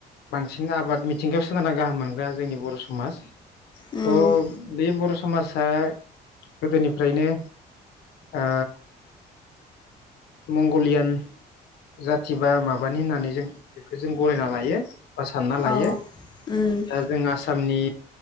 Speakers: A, on the left (about 75°); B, on the left (about 25°).
A: बांसिन आबाद मिथिंगायाव सोनारना गाहाम मोनग्रा जोंनि बर' समाज।
B: उम
A: थ' बे बर' स समाजा गोदोनिफ्रायनो ओ मंग'लियान जाथ थि बा माबानि होननानै जों बेखौ जों गनायना लायो बा सानना लायो
B: औ उम
A: दा जों आसा मनि